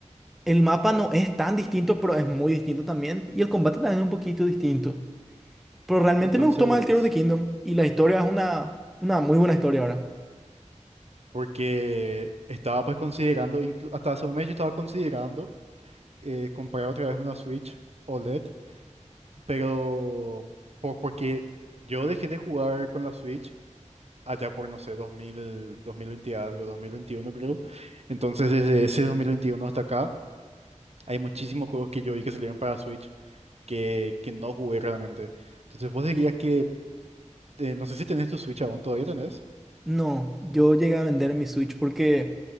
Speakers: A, in the centre; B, on the right.
A: el mapa no es tan distinto, pero es muy distinto también, y el combate también es un poquito distinto. Pero realmente
B: Entonces...
A: me gustó más el Tears of the Kingdom, y la historia es una, una muy buena historia ahora.
B: Porque estaba pues considerando, inclu- hasta hace un mes yo estaba considerando eh, comprar otra vez una Switch OLED, pero por- porque yo dejé de jugar con la Switch allá por, no sé, dos dos mil dos mil 2020 algo, 2021 creo. Entonces desde ese 2021 hasta acá hay muchísimos juegos que yo vi que salieron para Switch que, que no jugué realmente. Entonces vos dirías que, eh, no sé si tenés tu Switch aún, ¿todavía tenés?
A: No, yo llegué a vender mi Switch porque